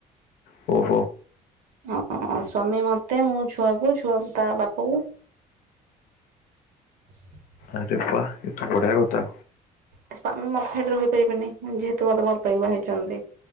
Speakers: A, on the left; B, on the right.
A: ଓ।
B: ଅ ସ୍ୱାମୀ ମତେ ମୁଁ ଛୁଆକୁ ଛୁଆ ତା ବାପକୁ ହ <unintelligible>
A: ଆରେ ବାଃ ଏଠୁ ବଢିଆ କଥା।
B: ସ୍ୱାମୀ ମତେ ଛାଡି ରହିପାରିବେନି ଯେହେତୁ ମତେ ଭଲ ପାଇ ବାହା ହେଇଛନ୍ତି।